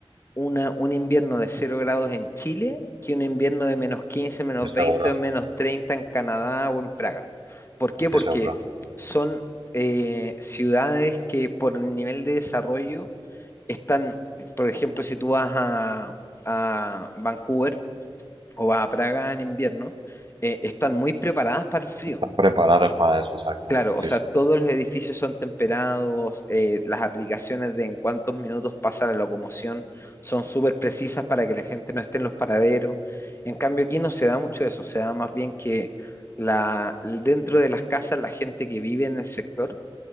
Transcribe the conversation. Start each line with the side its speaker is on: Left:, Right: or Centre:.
Left: una, un invierno de cero grados en Chile que un invierno de menos 15, menos
Right: estoy seguro,
Left: veinte, o menos 30 en Canadá o en Praga. ¿Por qué?
Right: estoy
Left: Porque
Right: seguro.
Left: son eh, ciudades que por nivel de desarrollo están, por ejemplo, si tú vas a, a Vancouver o vas a Praga en invierno, eh, están muy preparadas para el frío.
Right: Están preparados para eso, exacto.
Left: Claro,
Right: Sí,
Left: o sea,
Right: sí.
Left: todos los edificios son temperados, eh, las aplicaciones de en cuántos minutos pasa la locomoción son súper precisas para que la gente no esté en los paraderos. En cambio, aquí no se da mucho eso, se da más bien que la, dentro de las casas, la gente que vive en el sector